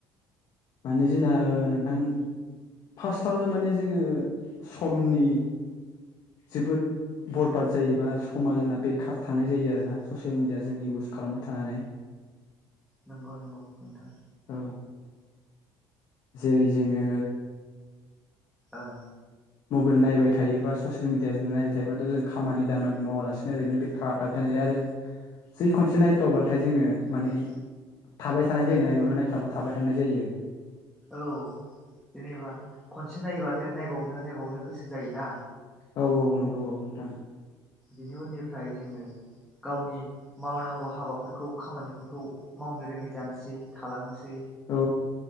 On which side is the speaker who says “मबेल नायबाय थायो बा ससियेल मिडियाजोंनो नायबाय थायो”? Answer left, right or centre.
Left